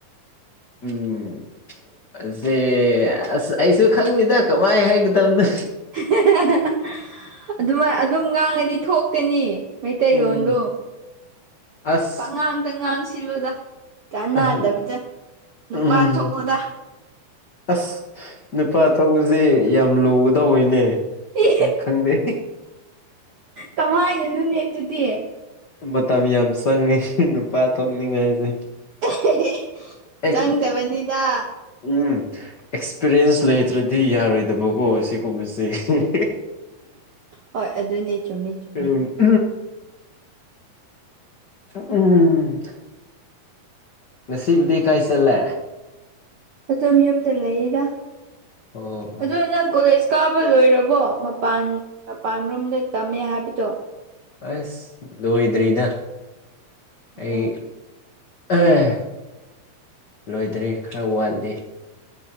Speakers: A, on the left; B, on the right.
A: ꯎꯝ ꯑꯁꯦ ꯑꯁ ꯑꯩꯁꯨ ꯈꯪꯗꯦꯗ ꯀꯃꯥꯏ ꯍꯥꯏꯒꯗꯕꯅꯣ
B: ꯍ <unintelligible> ꯑꯗꯨꯃꯥꯏ ꯑꯗꯨꯝ ꯉꯥꯡꯉꯗꯤ ꯊꯣꯛꯀꯅꯤ ꯃꯩꯇꯩ
A: ꯎꯝ
B: ꯂꯣꯟꯗꯣ
A: ꯑꯁ
B: ꯄꯉꯥꯡꯇ ꯉꯥꯡ ꯁꯤꯟꯂꯨꯗ ꯀꯥꯅꯥꯗꯕꯗ
A: ꯑꯍꯝ
B: ꯅꯨꯄꯥ
A: ꯎꯝ
B: ꯊꯣꯛꯑꯣꯗ
A: ꯑꯁ ꯅꯨꯄꯥ ꯊꯣꯛꯕꯁꯦ ꯌꯥꯝ ꯂꯨꯒꯗꯅꯦ
B: ꯏ
A: ꯈꯪꯗꯦ
B: ꯀꯃꯥꯏꯅꯅꯣꯅꯦ ꯑꯗꯨꯗꯤ
A: ꯃꯇꯝ ꯌꯥꯝ ꯆꯪꯉꯤ ꯅꯨꯄꯥ ꯊꯣꯛꯅꯤꯡꯉꯥꯏꯁꯦ
B: <unintelligible>
A: ꯑꯦꯛꯁ
B: ꯆꯪꯗꯕꯅꯤꯗ
A: ꯎꯝ ꯑꯦꯛꯁꯄꯤꯔꯤꯌꯦꯟꯁ ꯂꯩꯇ꯭ꯔꯗꯤ ꯌꯥꯔꯣꯏꯗꯕꯀꯣ ꯑꯁꯤꯒꯨꯝꯕꯁꯦ <unintelligible>
B: ꯍꯣꯏ ꯑꯗꯨꯅꯦ ꯆꯨꯝꯃꯦ ꯆꯨꯝꯃꯦ
A: ꯎꯝ ꯎꯝ ꯎꯝ ꯉꯁꯤꯕꯨꯗꯤ ꯀꯥꯏ ꯆꯠꯂꯦ
B: ꯑꯗꯨꯝ ꯌꯨꯝꯗ ꯂꯩꯔꯤꯗ
A: ꯑꯣ ꯑꯣ
B: ꯑꯗꯣ ꯅꯪ ꯀꯣꯂꯦꯖ ꯀꯥꯕ ꯂꯣꯏꯔꯕꯣ ꯃꯄꯥꯟ ꯃꯄꯥꯟ ꯔꯣꯝꯗ ꯇꯝꯃꯦ ꯍꯥꯏꯕꯗꯣ
A: ꯑꯁ ꯂꯣꯏꯗ꯭ꯔꯤꯗ
B: ꯑꯣ
A: ꯑꯩ ꯑꯦ ꯂꯣꯏꯗ꯭ꯔꯔꯤ ꯈꯔ ꯋꯥꯠꯂꯤ